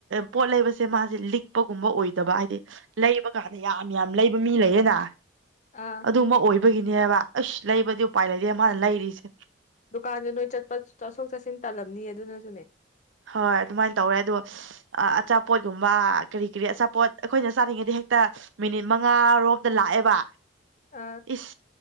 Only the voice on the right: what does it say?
ꯄꯣꯠ ꯂꯩꯕꯁꯦ ꯃꯥꯁꯦ ꯂꯤꯛꯄꯒꯨꯝꯕ ꯑꯣꯏꯗꯕ ꯍꯥꯏꯗꯤ ꯂꯩꯕ ꯀꯥꯟꯗ ꯌꯥꯝ ꯌꯥꯝ ꯂꯩꯕ ꯃꯤ ꯂꯩꯌꯦꯅ
ꯑꯗꯨꯝꯃ ꯑꯣꯏꯕꯒꯤꯅꯦꯕ ꯑꯁ ꯂꯩꯕꯗꯤ ꯎꯄꯥꯏ ꯂꯩꯗ‌ꯦ ꯃꯥꯅ ꯂꯩꯔꯤꯁꯦ
ꯍꯣꯏ ꯑꯗꯨꯃꯥꯏꯅ ꯇꯧꯋꯦ ꯑꯗꯣ ꯑ ꯑꯆꯥꯄꯣꯠꯌ‌ꯣꯝꯕ ꯀꯔꯤ ꯀꯔꯤ ꯑꯆꯥꯄꯣꯠ ꯑꯩꯈꯣꯏꯅ ꯆꯥꯅꯤꯡꯉꯗꯤ ꯍꯦꯛꯇ ꯃꯤꯅꯤꯠ ꯃꯉꯥꯔꯣꯝꯗ ꯂꯥꯛꯑꯦꯕ
ꯏꯁ